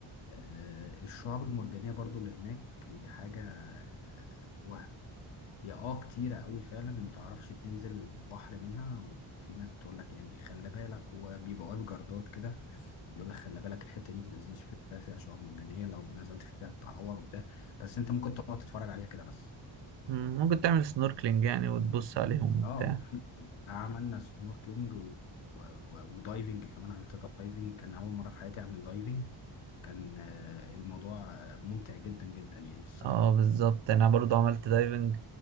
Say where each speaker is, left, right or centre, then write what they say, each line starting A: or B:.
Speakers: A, on the left; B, on the right.
A: آه، الشعاب المرجانية برضو اللي هناك هي حاجة آه، وهم هي اه كتيرة قوي فعلا متعرفش تنزل البحر منها وفي ناس بتقولك يعني خلي بالك وبيبقى واقف جردات كده يقولك خلي بالك الحتة دي متنزلش فيها فيها شعاب مرجانية لو نزلت فيها تتعور وبتاع بس انت ممكن تقعد تتفرج عليها كده بس
B: مم. ممكن تعمل سنوركلينج يعني وتبص عليهم وبتاع
A: اه في- عملنا سنوركلينج و... و... و... ودايفنج كمان عملت دايفنج كان أول مرة في حياتي أعمل دايفنج كان آه، الموضوع آه، ممتع جدا جدا يعني الصراحة
B: اه بالظبط أنا برضو عملت دايفنج